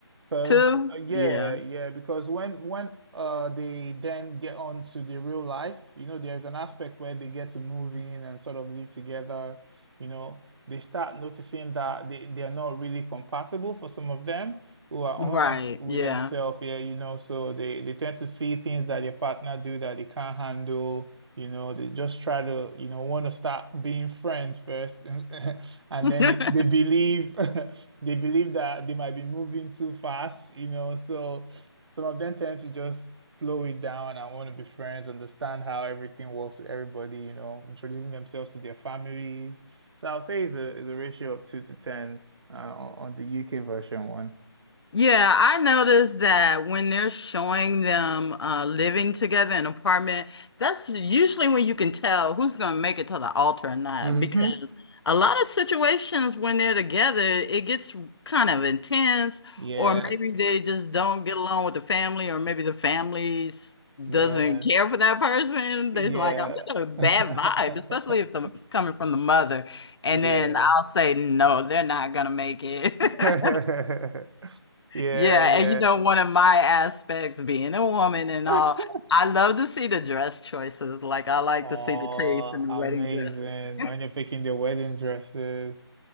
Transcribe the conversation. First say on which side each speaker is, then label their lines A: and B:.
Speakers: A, on the right; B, on the left.
A: because
B: Two?
A: uh, yeah,
B: Yeah.
A: yeah, because when when uh they then get on to the real life, you know, there's an aspect where they get to move in and sort of live together, you know, they start noticing that they, they're not really compatible for some of them who are
B: Right.
A: honest with
B: Yeah.
A: themselves, yeah, you know, so they they tend to see things that their partner do that they can't handle. You know, they just try to, you know, want to start being friends first <laughs> And
B: <laughs>
A: then they, they believe <laughs> they believe that they might be moving too fast, you know. So some of them tend to just slow it down and want to be friends, understand how everything works with everybody, you know, introducing themselves to their families. So I'll say it's a it's a ratio of two to ten uh, on on the UK version one.
B: Yeah, I noticed that when they're showing them uh, living together in an apartment, that's usually when you can tell who's going to make it to the altar or not.
A: hmm
B: Because a lot of situations when they're together, it gets kind of intense,
A: Yeah,
B: or maybe they just don't get along with the family, or maybe the family s-
A: yeah,
B: doesn't care for that person.
A: yeah.
B: They's like, I'm getting a bad
A: <laughs>
B: vibe, especially if the, it's coming from the mother. And
A: Yeah.
B: then I'll say, no, they're not going to make it.
A: <laughs>
B: <laughs>
A: Yeah,
B: Yeah,
A: yeah.
B: and you know, one of my aspects being a woman and
A: <laughs>
B: all, I love to see the dress choices. Like I like
A: Oh,
B: to see the taste in the
A: amazing.
B: wedding dresses. <laughs>
A: When you're picking the wedding dresses,